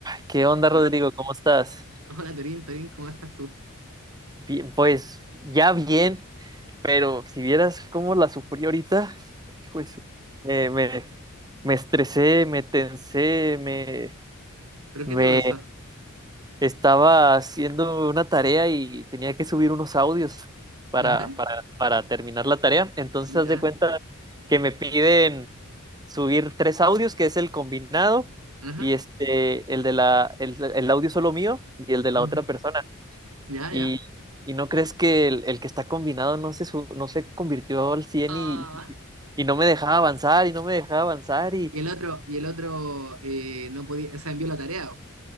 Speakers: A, on the right; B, on the right.
A: ¿Qué onda,
B: Hola,
A: Rodrigo? ¿Cómo estás?
B: hola, Torín, Torín, ¿cómo estás tú?
A: Bien, pues ya bien, pero si vieras cómo la sufrí ahorita, hijo de su- me, me, me estresé, me tensé, me,
B: ¿Pero
A: me
B: qué te pasó?
A: estaba haciendo una tarea y tenía que subir unos audios para,
B: Ajá,
A: para, para terminar la tarea. Entonces, haz
B: ya,
A: de cuenta que me piden subir tres audios, que es el combinado,
B: ajá,
A: y este, el de la, el el audio solo mío y el de la
B: ujú,
A: otra persona.
B: ya,
A: ¿Y,
B: ya.
A: y no crees que el, el que está combinado no se, su- no se convirtió al cien
B: Ah,
A: y, y no me dejaba avanzar y no me dejaba avanzar? Y
B: y el otro, y el otro eh, no podía, o sea, envió la tarea.